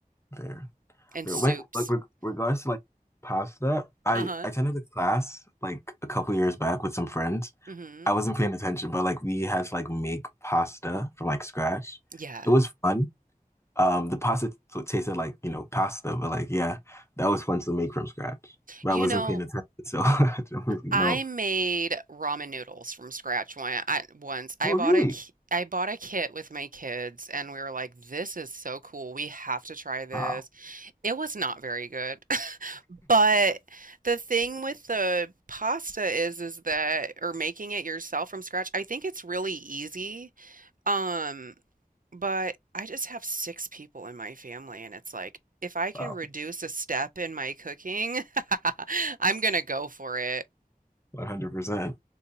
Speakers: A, on the left; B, on the right.
A: fair.
B: and
A: Fair.
B: soups.
A: When like reg regards to like pasta, I
B: Uh-huh.
A: I attended a class like a couple years back with some friends.
B: Mm
A: I wasn't paying attention, but like we had to like make pasta from like scratch.
B: hmm Yeah.
A: It was fun. Um, the pasta t tasted like, you know, pasta, but like yeah, that was fun to make from scratch. But
B: You
A: I wasn't
B: know,
A: paying attention, so <laughs> I don't really
B: I
A: know.
B: made ramen noodles from scratch one I, once. I
A: Oh,
B: bought
A: really?
B: a ki- I bought a kit with my kids, and we were like, "This is so cool. We have to try this."
A: Wow,
B: It was not very good, <laughs> but the thing with the pasta is, is that or making it yourself from scratch. I think it's really easy. Um, but I just have six people in my family, and it's like if I can
A: wow,
B: reduce a step in my cooking, <laughs> I'm gonna go for it.
A: 100%.